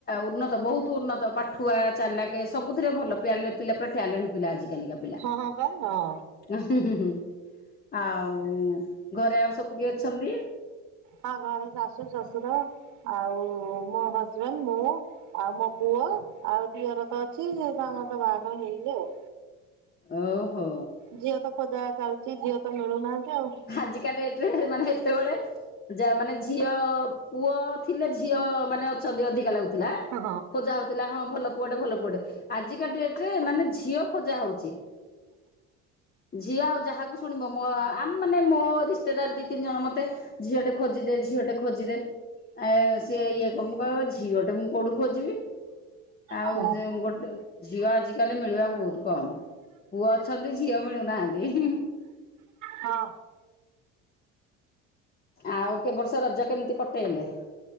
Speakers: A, on the left (about 30°); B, on the right (about 60°).
A: ଉନ୍ନତ ବହୁତ ଉନ୍ନତ ପାଠୁଆ ଚାଲାକେ ସବୁଥିରେ ଭଲ ପ୍ୟାଲେପ୍ ପିଲା ପୁରା ଟ୍ୟାଲେଣ୍ଟ ପିଲା ଆଜିିକାଲିକା ପିଲା।
B: ହଁ ହଁ ବା ହଁ
A: ଉ ହୁଁ ହୁଁ ହୁଁ ଆଉ ଘରେ ଆଉ ସବୁ କିଏ ଅଛନ୍ତି?
B: ହଁ ଘରେ ଶାଶୁ ଶଶୁର ଆଉ ମୋ ହଜବେଣ୍ଡ୍ ମୁଁ। ଆଉ ମୋ ପୁଅ ଆଉ ଦିଅର ତ ଅଛି ସେ ତାଙ୍କର ତ ବାହାଘର ହେଇନି ଆଉ।
A: ଓହୋ।
B: ଝିଅ ତ ଖୋଜା ଚାଲିଛି ଝିଅ ତ ମିଳୁନାହାନ୍ତି ଆଉ।
A: ଆଜିକା ଡେଟ୍ ରେ ମାନେ ଏତେବେଳେ ଯ ମାନେ ଝିଅ ପୁଅ ଥିଲେ ଝିଅ ମାନେ ଅଛନ୍ତି ଅଧିକା ଲାଗୁଥିଲା
B: ହଁ
A: ଖୋଜା ହଉଥିଲା ହଁ ଭଲ ପୁଅଟେ ଭଲ ପୁଅଟେ ମାନେ ଆଜିକା ଡେଟ ରେ ମାନେ ଝିଅ ଖୋଜା ହଉଛି। ଝିଅ ଆଉ ଯାହାକୁ ଶୁଣିବ ମୋ ଆମ ମାନେ ମୋ ରିଶ୍ତେଦାର ଦି ତିନି ଜଣ ମତେ ଝିଅଟେ ଖୋଜିଦେ ଝିଅ ଟେ ଖୋଜିଦେ। ଆ ସେି ଇଏ କମ କହିବା ଝିଅଟେ ମୁଁ କୋଉଠୁ ଖୋଜିବି। ଆଉ
B: ହଁ
A: ଯେ ଗୋଟେ ଝିଅ ଆଜିକାଲି ମିଳିବାକୁ ବହୁତ କମ୍ ପୁଅ ଅଛନ୍ତି ଝିଅ ମିଳୁନାହାନ୍ତି।
B: ହଁ।
A: ଆଉ କେ ବର୍ଷ ରଜ କେମିତି କଟେଇଲେ?